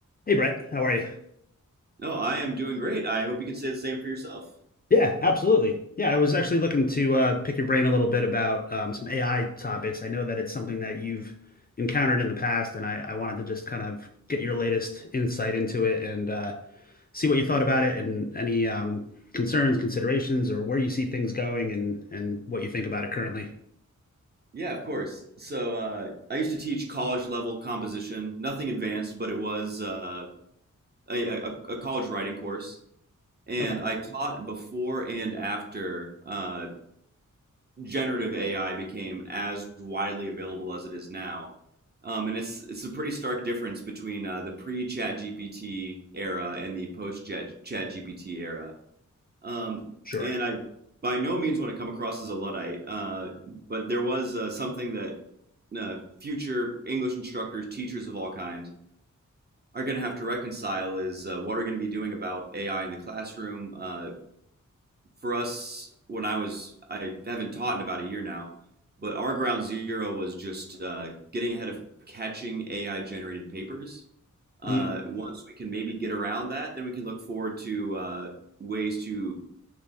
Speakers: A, on the left; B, on the right.
A: Hey Brett, how are you?
B: No, I am doing great. I hope you can say the same for yourself.
A: Yeah, absolutely. Yeah, I was actually looking to uh, pick your brain a little bit about um, some AI topics. I know that it's something that you've encountered in the past, and I, I wanted to just kind of get your latest insight into it and uh, see what you thought about it and any um, concerns, considerations, or where you see things going and and what you think about it currently.
B: Yeah, of course. So uh, I used to teach college level composition, nothing advanced, but it was uh, a, a, a college writing course. And
A: Okay,
B: I taught before and after uh, generative AI became as widely available as it is now. Um, and it's it's a pretty stark difference between uh, the pre ChatGPT era and the post ChatGPT era. Um,
A: sure.
B: and I by no means want to come across as a Luddite, uh, but there was uh, something that uh, future English instructors, teachers of all kinds, are going to have to reconcile is uh, what are we going to be doing about AI in the classroom. Uh, for us, when I was, I haven't taught in about a year now, but our ground zero was just uh, getting ahead of catching AI generated papers. Uh,
A: Mm,
B: once we can maybe get around that, then we can look forward to uh, ways to